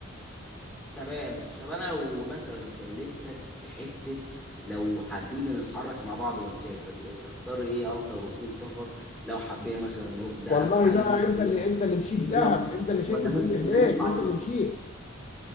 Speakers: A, in the centre; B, on the left.
A: تمام طب انا لو مثلا كلمتك في حته لو حابين نتحرك مع بعض ونسافر تختار ايه افضل وسيله سفر لو حبينا مثلا نروح دهب
B: والله
A: هل
B: بقى
A: مثلا
B: انت
A: نطلع
B: اللي انت اللي مشيت
A: بالله
B: دهب انت اللي
A: ولا
B: شايف الدنيا
A: نطلع
B: هناك
A: ولا نطلع
B: ما
A: ب...
B: انت اللي مشيت